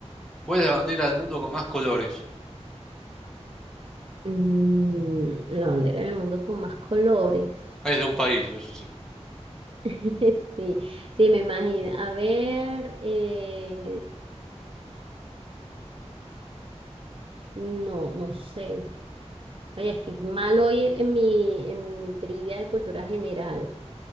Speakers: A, in the centre; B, on the right.
A: ¿cuál es la bandera del mundo con más colores?
B: Mm, la bandera del mundo con más colores.
A: Es de un país, eso sí.
B: <laughs> Sí, sí, me imagino. A ver, eh, no, no sé. Oye, estoy mal hoy en en mi, en mi trivia de cultura general.